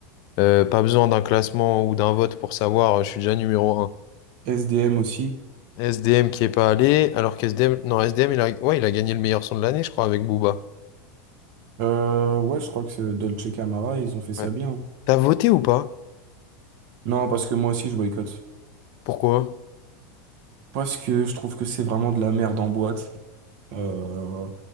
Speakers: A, on the left (about 50°); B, on the right (about 55°).
A: euh, pas besoin d'un classement ou d'un vote pour savoir, euh, je suis déjà numéro un
B: SDM aussi.
A: S D M qui est pas allé, alors qu'S D M non, S D M il a, ouais, il a gagné le meilleur son de l'année, je crois, avec Booba.
B: Euh, ouais, je crois que c'est Dolce Camara, ils ont fait ça
A: Ouais.
B: bien.
A: T'as voté ou pas?
B: Non, parce que moi aussi, je boycotte.
A: Pourquoi?
B: Parce que je trouve que c'est vraiment de la merde en boîte. Euh,